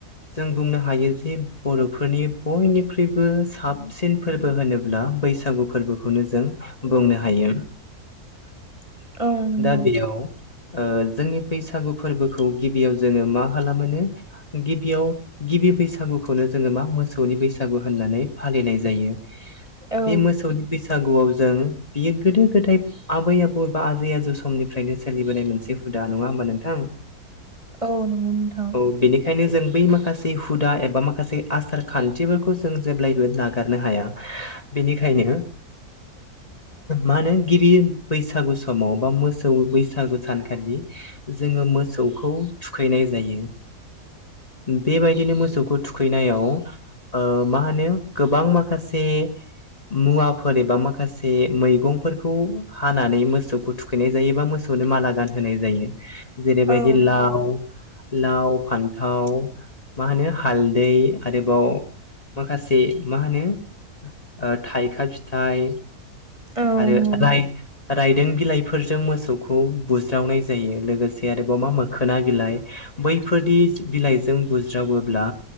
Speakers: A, on the left; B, on the right.
A: जों बुंनो हायो जे बर'फोरनि बयनिख्रुइबो साबसिन फोरबो होनोब्ला बैसागु फोरबोखौनो जों बुंनो हायो।
B: <unintelligible> नंगौ
A: दा बेयाव ओ जोंनि बैसागु फोरबोखौ गिबियाव जोङो मा खालामोनो गिबियाव गिबि बैसागुखौनो जोङो मा मोसौनि बैसागु होननानै फालिनाय जायो
B: औ
A: बे मोसौनि बैसा बैसागुआव जों बियो गोदो गोदाय आबै आबौ एबा आजै आजौ समनिफ्रायनो सोलिबोनाय मोनसे हुद दा नङा होमबा नोंथां?
B: औ नंगौ नोंथां।
A: औ बेनिखायनो जों बै माखासे हुदा एबा माखासे आसार खान्थिफोरखौ जों जेब्लाय बो नागारनो हाया बेनिखायनो मा होनो गिबि बैसागु समाव बा मोसौ बैसागु सानखालि जोङो मोसौखौ थुखैनाय जायो। बेबायदिनो मोसौखौ थुखैनायाव ओ मा होनो गोबां माखासे मुवाफोर एबा माखासे मैगंफोरखौ हानानै मोसौखौ थुखैनाय जायोबा मोसौ नो माला गान होनाय जायो जेरैबायदि
B: औ नंगौ
A: लाव लाव फान्थाव मा होनो हालदै आरोबाव माखासे से मा होनो ओ थाइखा फिथाइ
B: औ
A: आरो
B: औ
A: रायदों बिलाइफोरजों मोसौखौ बुज्रावनाय जायो लोगोसे आरोबाव मा मोखोना बिलाइ बैफोरदि बिलाइजों बुज्रावोब्ला